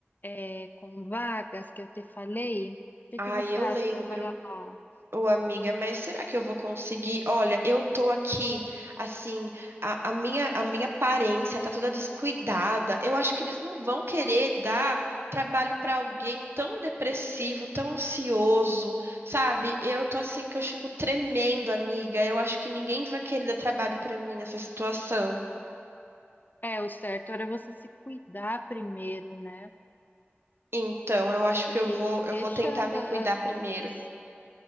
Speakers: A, on the left; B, on the right.
A: é, com vagas que eu te falei. O que
B: Ai,
A: que você
B: eu
A: acha
B: lembro.
A: de trabalhar lá?
B: Ô, amiga, mas será que eu vou conseguir? Olha, eu tô aqui, assim, a, a minha, a minha aparência tá toda descuidada. Eu acho que eles não vão querer dar trabalho pra alguém tão depressivo, tão ansioso, sabe? Eu tô assim que eu fico tremendo, amiga. Eu acho que ninguém vai querer dar trabalho pra mim nessa situação.
A: Uhum. É, o certo era você se cuidar primeiro, né?
B: Então, eu acho que
A: E
B: eu vou, eu
A: deixando
B: vou tentar me
A: a-
B: cuidar
A: as
B: primeiro.
A: contas.